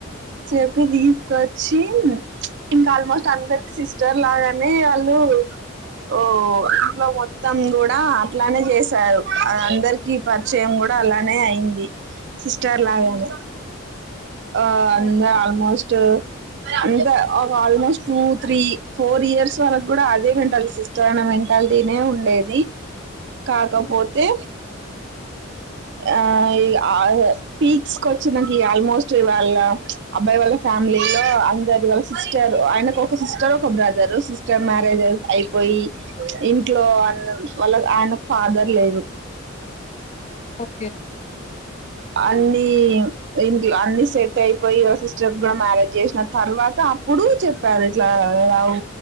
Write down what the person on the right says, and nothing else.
చెప్పి తీసుకొచ్చి ఇంకా ఆల్మోస్ట్ అందరికి సిస్టర్ లాగానే వాళ్ళు లు ఓ ఇంట్లో మొత్తం కూడా అట్లానే చేసారు అ అందరికీ పరిచయం కూడా కూడా అలానే అయింది సిస్టర్ లాగానే
ఆ అంద
ఆల్మోస్ట్ అంత ఒక almost two three four years వరకు కూడా అదే వెంటాలి సిస్టర్ అనే మెంటాలిటీనే ఉండేది కాకపోతే
ఆ ఇగ ఆ పీక్స్ కి వచ్చి నా క కి ఆల్మోస్ట్ వాళ్ళ అబ్బాయి వాళ్ళ ఫ్యామిలీ లో అందరి వాళ్ళ సిస్టర్ ఆయనకు ఒక సిస్టర్ రో ఒక బ్రదర్ సిస్టర్ మ్యారేజ్ అయిపోయి ఇంట్లో అన్నం వాళ్ళ ఆయన ఫ దర్ లేరు
అన్నిీ ఇంట్లో అన్ని సెట్ అయిపోయి వా సిస్టర్స్ కూడా మ్యారేజ్ చేసిన తర్వాత అప్పుడు చెప్పారు ఇట్లా రాదా లవ్